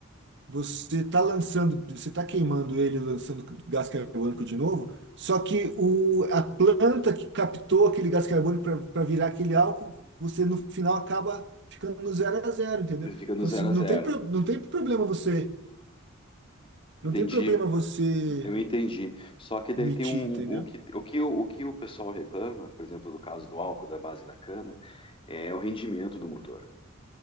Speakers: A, on the right; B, on the left.
A: Você está lançando, você está queimando ele, lançando gás carbônico de novo, só que o, a planta que captou aquele gás carbônico para virar aquele álcool, você no final acaba ficando no zero a zero, entendeu?
B: Ele Fica no
A: Então,
B: zero
A: se, não
B: a zero.
A: tem, pro- não tem problema você,
B: Entendi.
A: não tem problema você
B: Eu entendi. Só que daí
A: Emitir,
B: tem um
A: entendeu?
B: o que o que o, o que o pessoal reclama, por exemplo, do caso do álcool da base da cana, é o rendimento do motor.